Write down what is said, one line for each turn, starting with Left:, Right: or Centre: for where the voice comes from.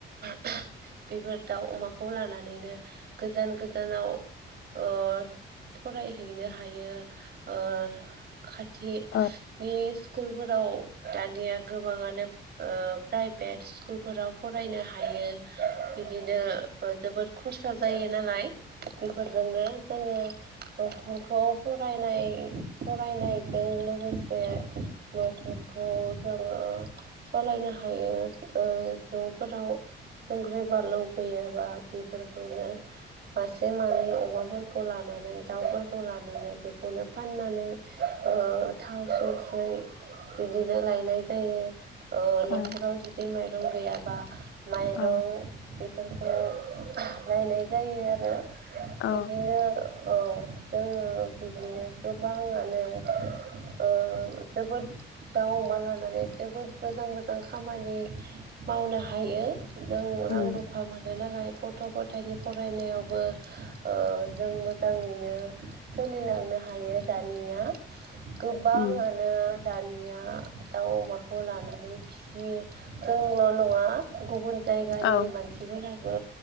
Right: बेफोर दाउ- अमाखौ लानानैनो गोजान -गोजान जोनाव ओ फरायहैनो हायो ओ खाथि
Left: औ
Right: नि स्कुलफोराव दानिया गोबाङानो ओ प्राइभेट स्कुलफोराव फरायनो हायो बिदिनो जोबोद। खरसा जायो नालाय बेफोरजोंनो जोङो। न'खरखौ फरायनाय फरायनायजों लोगोसे। न'खरखौ जोङो सालायनो हायो ओ न'फोराव संख्रि बानलु गैयाबा बेफोरखौनो मासे मानै अमाफोरखौ लानानानै नानै दाउफोरखौ लानानै बेखौनो फाननानै ओ थाव संख्रै बिदिनो लायनाय जायो। ओ न'खराव
Left: औ
Right: जुदि माइरं गैयाबा माइरं
Left: औ
Right: बेफोर खौ लायनाय जायो आरो
Left: औ
Right: बिदिनो औ जोङो बिदिनो गोबाङानो ओ जोबोद दाउ अमा लानानै जोबोद मोजां मोजां खामानि मावनो हायो। जों रां
Left: उम
Right: रुफा मोनो नालाय। गथ' गथायनि फरायनायावबो ओ जों मोजाङैनो सोलिलांनो हा हायो दानिया गोबाङानो
Left: उम
Right: दानिया दाउ अमाखौ लानानै फिसियो जोंल' नङा गुबुन जायगानि
Left: औ
Right: मानसिफोराबो